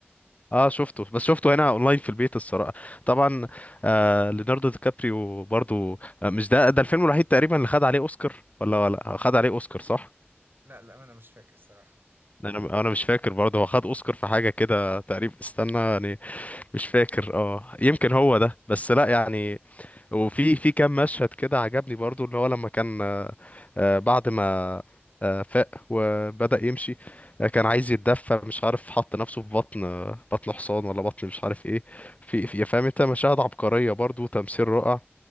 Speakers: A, on the left (about 35°); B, on the right (about 55°).
A: اه شفته بس شفته هنا اونلاين في البيت الصراحه طبعا آه ليوناردو دي كابريو برضو آه مش ده ده الفيلم الوحيد تقريبا اللي خد عليه اوسكار ولا ولا خد عليه اوسكار صح
B: لا لا انا مش فاكر الصراحة
A: انا انا مش فاكر برضه هو خد اوسكار في حاجه كده تقريبا استنى يعني مش فاكر اه يمكن هو ده بس لا يعني وفي في كام مشهد كده عجبني برضه اللي هو لما كان آه، آه، بعد ما آه، فاق وبدأ يمشي آه، كان عايز يتدفى مش عارف حط نفسه في بطن آه، بطن حصان ولا بطن مش عارف ايه في
B: ايوه
A: في- فاهم انت مشاهد عبقريه برضه وتمثيل رائع